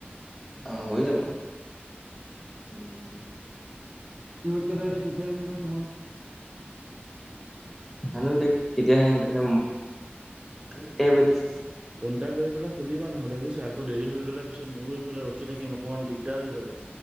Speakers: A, in the centre; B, on the right (about 25°).
A: আহ হৈ যাব উম উ
B: সিহত কেইটাই বা কেতিয়া আহে বা তোমাৰ
A: জানো এতিয়া কেতিয়া আহে হেতিহে জানে কেতিয়া এতিয়া
B: ফোন এটা কৰি পেলাই সুধিবা নহ'লে বুজিছা আকৌ দেৰি হৈ গ'লে তাৰপিছত মোৰো এইফালে ৰখি থাকিম অকণমান দিগদাৰ হৈ যাব।